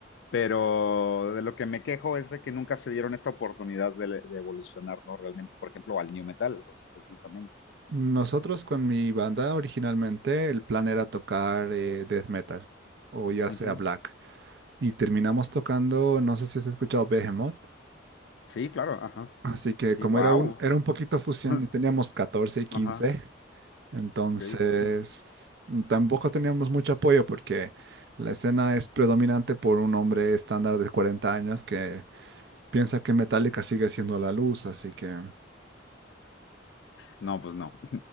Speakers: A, on the left; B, on the right.
A: Pero de lo que me quejo es de que nunca se dieron esta oportunidad de, de evolucionar, ¿no? Realmente, por ejemplo, al New Metal, pues, precisamente.
B: Nosotros con mi banda originalmente el plan era tocar eh, death metal o ya
A: Ujú.
B: sea black y terminamos tocando, no sé si has escuchado Behemoth,
A: Sí, claro, ajá.
B: así que
A: Sí,
B: como
A: wow.
B: era un, era un poquito fusión
A: <laughs>
B: y teníamos catorce y quince
A: Ajá,
B: entonces
A: ok. <laughs>
B: mm, tampoco teníamos mucho apoyo porque la escena es predominante por un hombre estándar de 40 años que piensa que Metallica sigue siendo la luz, así que,
A: No, pues no.